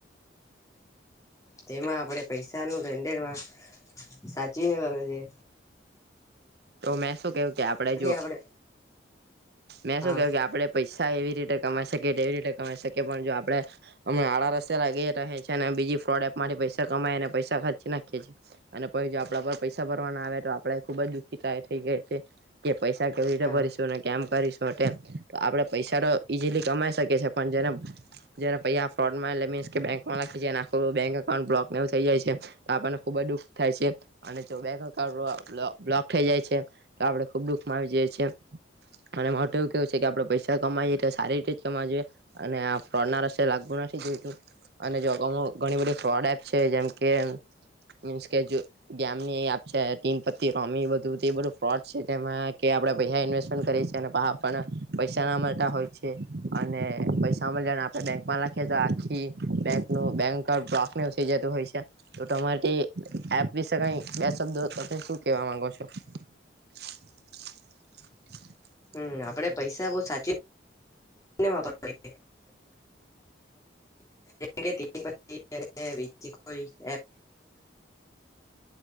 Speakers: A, on the left; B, on the right.
A: તેમાં આપણેે પૈસા નું લેણદેણ સાચવીને કરવુ જોએ.
B: તો મેં શું કહ્યું કે આપડે જો
A: આપણે
B: મેં
A: હા
B: શું ક્યું કે આપડે પૈસા એવી રીત તે કમાઈ શકીએ તેવી રીતે કમાઈ શકીએ પણ જો આપણે મણા આડા રસ્તે લાગી છે ને બીજી ફ્રોડ એપમાં પૈસા કમાય અને પૈસા ખર્ચી નાખીએ છીએ અને પહી જો આપણા પર પૈસા ભરવાના આવે તો આપણેે ખુબ જ <unintelligible> એ થઈ ગયા છે કે પૈસા કેવી રીતે
A: હા
B: ભરીશું, કેમ કરીશું તો આપડે પૈસાનો ઈઝીલી કમાઈ શકે છે. પણ જેને જેને પૈસા ફ્રોડમાં એલે મીન્સ કે બેંકમાં નાખી જેન <inaudible> પણ બ્લોક થઈ જાય છે તો આપણને ખુબ જ દુખ થાય છે અને જો <inaudible> થઈ જાય છે. તો આપડે ખુબ દુઃખ માં આવી જઈએ છે. અને માટું એવું કેવું છે કે આપડે પૈસા કમાઈએ તો સારી રીતે જ કમા જોઈએ અને આ ફ્રોડ ના રસ્તે લાગવુ આપણાથી જોઈ તો અને જો ઘણી બધી ફ્રોડ એપ છે જેમ કે મીન્સ કે જો ગેમની એ એપ છે ટીન પતિ રોમી બ બધું તે બધું ફ્રોડ છે તેમાં કે આપણે પહિયા ઇન્વેસ્ટમેન્ટ કરીએ છીએ અને પણ પૈસા ના મળતા હોય છે. છે અને પૈસા માળિયા ને આપણા બેંકમાં લખીએ તો આખી બેંક નું બેન્કર <unintelligible> તો થઈ જતો હોય છે તો તમાર થી એપ વિશે બે શબ્દો તમે શું કેવા માંગો છો. <inaudible>
A: હમ્મ આપણેે પૈસા બહુ સાચીને વાપરવા <inaudible> <inaudible> હાચવીને વાપરવા જોઈએ